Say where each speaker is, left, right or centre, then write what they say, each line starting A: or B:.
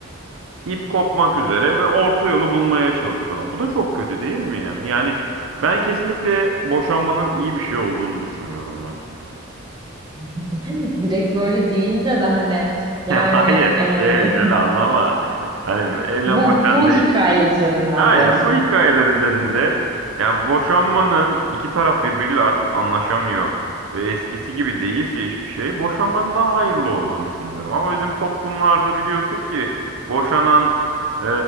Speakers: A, on the right (about 60°); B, on the right (about 20°).
A: İp kopmak üzere ve orta yolu bulmaya çalışıyorlar. Bu da çok kötü değil mi ya? Yani ben kesinlikle boşanmanın iyi bir şey olduğunu düşünüyorum ya. <laughs>
B: <laughs> Direkt böyle deyince de hani yani
A: Ya Hayır,
B: eee,
A: şey şöyle anlama. Hani
B: <laughs>
A: evlen
B: bu
A: boşan
B: bu
A: değil.
B: hikaye üzerinden
A: Aynen
B: diyorsun.
A: bu hikayeler üzerinde yani boşanmanın iki taraf birbiriyle artık anlaşamıyor ve eskisi gibi değilse hiçbir şey boşanmanın daha hayırlı olduğunu düşünüyorum. Ama bizim toplumlarda biliyorsun ki boşanan e,